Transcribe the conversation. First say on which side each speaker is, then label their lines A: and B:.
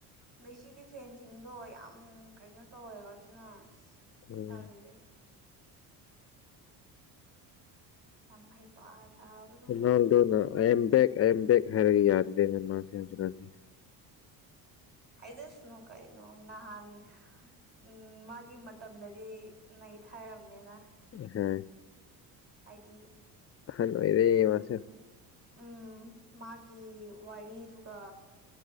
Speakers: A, on the right (about 25°); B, on the left (about 30°).
A: ꯃ‌ꯦꯁꯤꯒꯤ ꯐꯦꯟꯁꯤꯡꯗꯣ ꯌꯥꯝ ꯀꯩꯅꯣ ꯇꯧꯋꯦꯕ ꯑꯗꯨꯅ ꯑꯁ
B: ꯎꯝ
A: ꯇꯥꯜꯂꯦ ꯌꯥꯝ ꯍꯩ ꯄꯥ ꯁꯥꯕ
B: ꯔꫭꯅꯟꯗꫭꯅ ꯑꯥ ꯑꯦꯝ ꯕꯦꯛ ꯑ ꯑꯦꯝ ꯕꯦꯛ ꯍꯥꯏꯔꯒ ꯌꯥꯗꯦꯅꯦ ꯃꯥꯁꯦ ꯍꯧꯖꯤꯛꯀꯥꯟꯁꯦ
A: ꯍꯥꯏꯖꯁꯥꯅꯨ ꯀꯩꯅꫭ ꯅꯍꯥꯟ ꯎꯝ ꯃꯥꯒꯤ ꯃꯇꯝꯗꯗꯤ ꯅꯩꯊꯥꯔꯝꯃꯦꯅ
B: ꯑꯝ ꯍꯥꯏ
A: ꯍꯥꯏꯗꯤ
B: ꯑꯍꯜ ꯑꫭꯏꯔ‌ꯦ
A: ꯎꯝ
B: ꯃꯥꯁꯨ
A: ꯎꯝ ꯃꯥꯒꯤ ꯋꯥꯔꯤꯗꯨꯒ